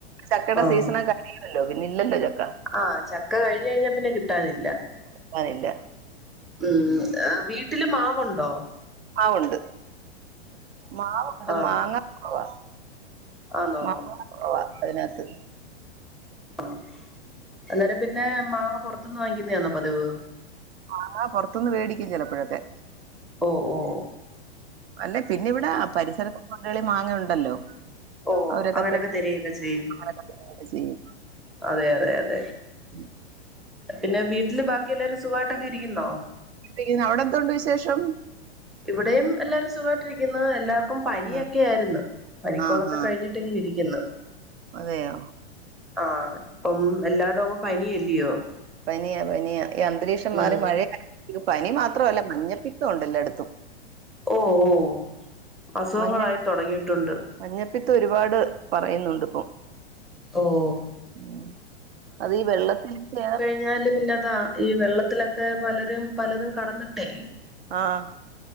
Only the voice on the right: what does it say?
ചക്കടെ
സീസണൊ <inaudible> പിന്നെ ഇല്ലല്ലോ ചക്ക.
കിട്ടാനില്ല
ആഹ് ഒണ്ട് മാവൊണ്ട്
മാങ്ങ കൊറവാ
മാങ്ങാ കൊറവാ അതിനാത്ത്.
മാങ്ങ പൊറത്തൂന്ന് മേടിക്കും ചെലപ്പഴൊക്കെ
അല്ലാ പിന്നെ ഇവിടെ പരിസരത്തെ വീടുകളി മാങ്ങ ഒണ്ടല്ലോ
അവരൊക്കെ
<unintelligible> ചെയ്യും
ഉം
ക്കുന്നു അവിടെ എന്തൊണ്ട് വിശേഷം?
ആ
ആഹ് ആഹ്
അതെയോ
പനിയാ പനിയാ ഈ അന്തരീക്ഷം
മാറി മഴ <unintelligible> പനി മാത്രല്ലാ മഞ്ഞപ്പിത്തോം ഒണ്ട് എല്ലാടത്തും
മഞ്ഞ
മഞ്ഞപ്പിത്തം ഒരുപാട് പറയുന്നുണ്ട് ഇപ്പം
ഉം അതീ വെള്ളത്തിന്റെയാ
ആഹ്